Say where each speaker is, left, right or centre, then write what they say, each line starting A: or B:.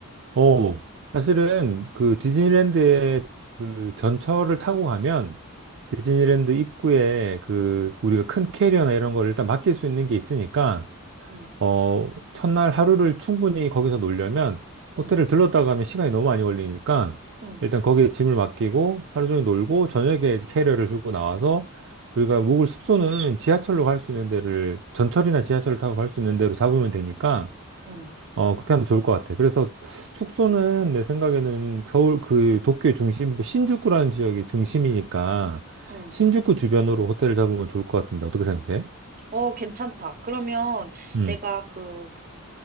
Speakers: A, on the right; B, on the right.
A: 어. 사실은 그 디즈니랜드에 그 전철을 타고 가면 디즈니랜드 입구에 그 우리가 큰 캐리어나 이런 걸 일단 맡길 수 있는 게 있으니까
B: 응,
A: 어, 첫날 하루를 충분히 거기서 놀려면
B: 응,
A: 호텔을 들렀다 가면 시간이 너무 많이 걸리니까
B: 응,
A: 일단 거기에 짐을 맡기고 하루 종일 놀고 저녁에 캐리어를 들고 나와서 우리가 묵을 숙소는 지하철로 갈 수 있는 데를 전철이나 지하철을 타고 갈 수 있는 데로 잡으면 되니까
B: 응,
A: 어, 그렇게 하면 좋을 것 같아. 그래서 숙소는 내 생각에는 서울 그 도쿄의 중심부 신주쿠라는 지역이 중심이니까
B: 응.
A: 신주쿠 주변으로 호텔을 잡으면 좋을 것 같은데 어떻게 생각해?
B: 어, 괜찮다. 그러면
A: 음,
B: 내가 그